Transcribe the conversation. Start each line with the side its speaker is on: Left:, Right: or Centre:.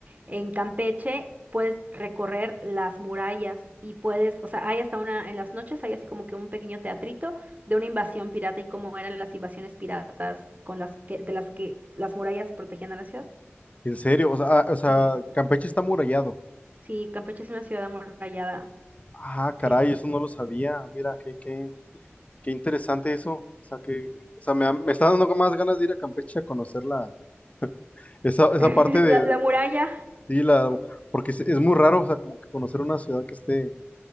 Right: En Campeche puedes recorrer las murallas y puedes, o sea, hay hasta una, en las noches hay así como que un pequeño teatrito de una invasión pirata y cómo eran las invasiones piratas con las que, de las que las murallas protegían a la ciudad.
Left: En serio, o sea, ah, o sea,
Right: Sí,
Left: Campeche está amurallado.
Right: sí, Campeche es una ciudad amurallada.
Left: Ah, caray,
Right: Sí.
Left: eso no lo sabía. Mira, qué, qué, qué interesante eso. O sea, que, o sea, me, ha- me está dando más ganas de ir a Campeche a conocer la, esa, esa
Right: <laughs>
Left: parte de,
Right: La, la muralla.
Left: de- sí, la, porque es, es muy raro, o sea, como que conocer una ciudad que esté